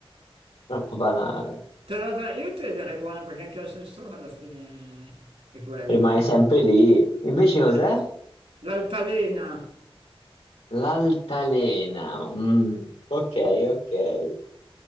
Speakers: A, on the left; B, on the right.
A: troppo banale.
B: Te la dai, io te la darei buona perché anche l'ascensore alla fine è quello.
A: Rimane sempre lì. Invece cos'è?
B: Eh, l'altalena,
A: L'altalena. Mm, ok, ok.